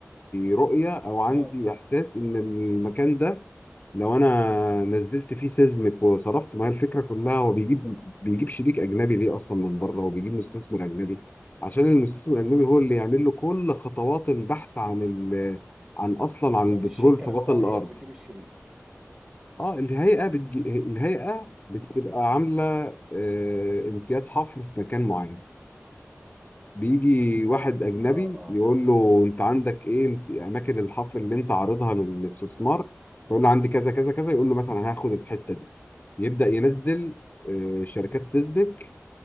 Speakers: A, on the left; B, on the right.
A: رؤية او عندي
B: اه
A: احساس ان المكان ده لو انا نزلت فيه سيزمك وصرفت ما هي الفكره كلها هو بيجيب بيجيب شريك اجنبي ليه اصلا من بره وبيجيب مستثمر اجنبي عشان المستثمر الاجنبي هو اللي يعمل له كل خطوات البحث عن ال... عن اصلا عن
B: يعني
A: البترول
B: الشركه
A: في
B: نفسها
A: بطن الارض
B: هي اللي بتجيب الشريك
A: اه الهيئه بتجي... الهيئه بتبقى عامله آه امتياز حفر في مكان معين بيجي واحد أجنبي
B: اه اه
A: يقول له أنت عندك إيه أنت- أماكن الحفر اللي أنت عارضها للاستثمار يقول له عندي كذا كذا كذا يقول له مثلا هاخد الحتة دي يبدأ ينزل آه، شركات سيسبك